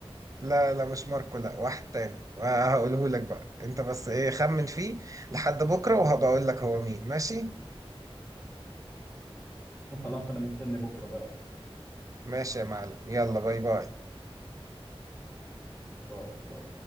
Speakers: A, on the right; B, on the left.
A: لا لا مش ماركو لا واحد تاني هقوله لك بقى انت بس ايه خمن فيه لحد بكرة وهبقول لك هو مين ماشي
B: خلاص انا مستني بكره بقى
A: ماشي يا معلم يلا باي باي
B: باي باي